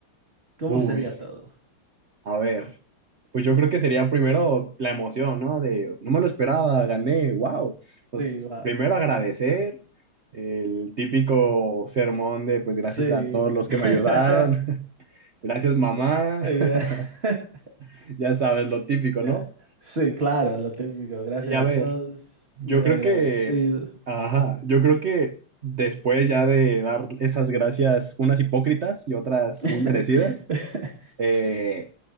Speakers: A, on the right; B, on the right.
A: ¿Cómo
B: uy.
A: sería todo?
B: A ver. Pues yo creo que sería primero la emoción, ¿no? De no me lo esperaba, gané, wow. Pues
A: Sí, va.
B: primero agradecer el típico sermón de pues
A: Sí.
B: gracias a todos los
A: <laughs>
B: que me ayudaron, <laughs> gracias mamá,
A: Ay, gra-
B: <laughs>
A: <laughs>
B: ya sabes lo típico,
A: Ya.
B: ¿no?
A: Sí, claro, lo típico. Gracias
B: Y a
A: a
B: ver,
A: todos.
B: yo
A: Muy
B: creo
A: agradecido.
B: que, ajá, yo creo que después ya de dar esas gracias, unas hipócritas y otras
A: <laughs>
B: muy merecidas, eh,